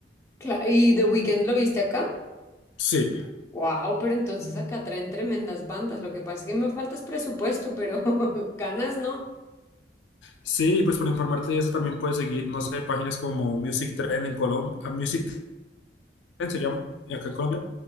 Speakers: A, on the left (about 15°); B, on the left (about 85°).
A: Claro. ¿Y The Weeknd lo viste acá?
B: sí.
A: Wow, pero entonces acá traen tremendas bandas. Lo que pasa es que me falta es presupuesto, pero <laughs> ganas no.
B: Sí, pues para informarte de eso también puedes seguir, no sé, páginas como Music Trend en Colombia, Music Trend se llama, eh, acá en Colombia.